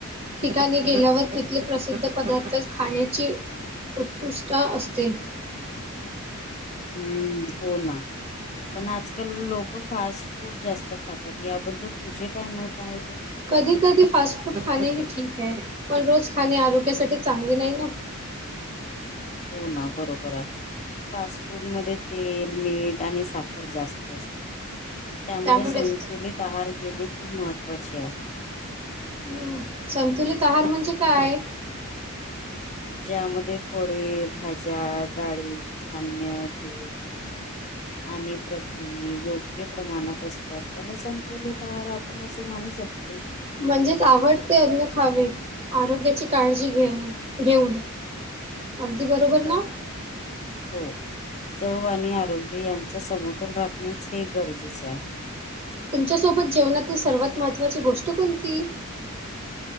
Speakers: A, on the right; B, on the left.
A: ठिकाणी गेल्यावर तिथले प्रसिद्ध पदार्थ खाण्याची उत्कृष्ट असते
B: हम्म हो ना. पण आजकाल लोक फास्ट फूड जास्त खातात. याबद्दल तुझे काय मत आहे?
A: कधी कधी फास्ट फूड खाणे हे ठीक आहे. पण रोज खाणे आरोग्यासाठी चांगले नाही ना.
B: हो ना बरोबर आहे. फास्ट फूड मध्ये तेल, मीठ. साखर जास्त असते त्यामुळे
A: त्यामुळेच
B: संतुलित आहार गेणे खूप महत्वाचे आहे.
A: हम्म, संतुलित आहार म्हणजे काय?
B: ज्यामध्ये फळे, भाज्या, डाळी, धान्य, दूध. आणि प्रथिने योग्य प्रमाणात असतात त्यांना संतुलित. तर आपण असे माणू शकतो.
A: म्हणजेच आवडते अन्न खावे आरोग्याची काळजी घेणे घेऊन. अगदी बरोबर ना?
B: हो चव आणि आरोग्य. यांचा समतोल राखणेच. ते गरजेचे आहे.
A: तुमच्यासोबत जेवणातील सर्वात महत्त्वाची गोष्ट कोणती?